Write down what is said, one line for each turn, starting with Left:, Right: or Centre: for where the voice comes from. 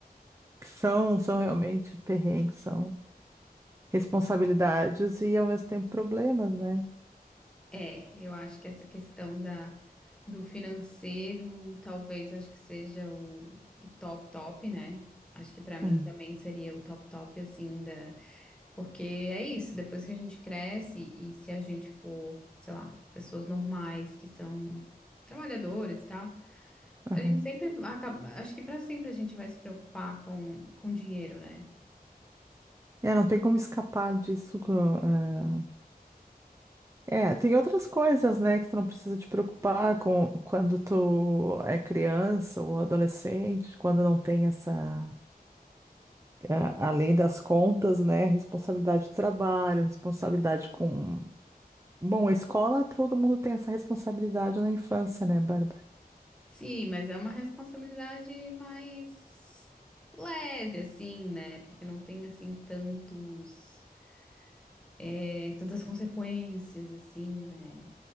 Right: que são, são realmente perrengues, são responsabilidades e ao mesmo tempo problemas, né?
Centre: É, eu acho que essa questão da, do financeiro, talvez acho que seja o, o top top, né? Acho que pra mim
Right: É,
Centre: também seria o top top, assim, da... Porque é isso, depois que a gente cresce e se a gente for, sei lá, pessoas normais que são trabalhadoras e tal, a
Right: aham.
Centre: gente sempre acaba... Acho que pra sempre a gente vai se preocupar com, com dinheiro, né?
Right: É, não tem como escapar disso. com, ah, É, tem outras coisas, né, que tu não precisa te preocupar com quando tu é criança ou adolescente, quando não tem essa. a- além das contas, né? Responsabilidade de trabalho, responsabilidade com. Bom, a escola, todo mundo tem essa responsabilidade na infância, né, Bárbara?
Centre: Sim, mas é uma responsabilidade mais leve, assim, né? Porque não tem, assim, tantos, é, tantas consequências, assim, né?